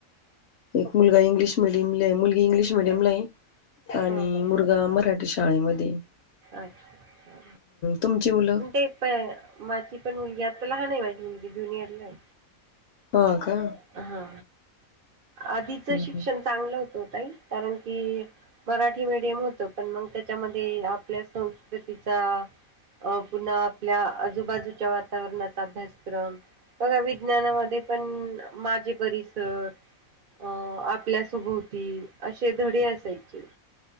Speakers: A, on the left; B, on the right.
A: एक मुलगा इंग्लिश मिडियमला आहे मुलगी इंग्लिश मिडियमला आहे आणि
B: हो हो
A: मुलगा मराठी शाळेमध्ये आहे
B: अच्छा
A: तुमची मुलं
B: पण ते पण माझी पण मुलगी आता लहान आहे माझी जुनियरला आहे.
A: हा का
B: हा आधीचं
A: हम्म.
B: शिक्षण चांगलं होतं हो ताई कारण की मराठी मीडियम होत पण मग त्याच्यामध्ये आपल्या संस्कृतीचा अ पुन्हा आपल्या आजूबाजूच्या वातावरणाचा अभ्यासक्रम बघा मी विज्ञानामध्ये पण माझे परिसर अ आपल्यासोभोवती असे धडे असायचे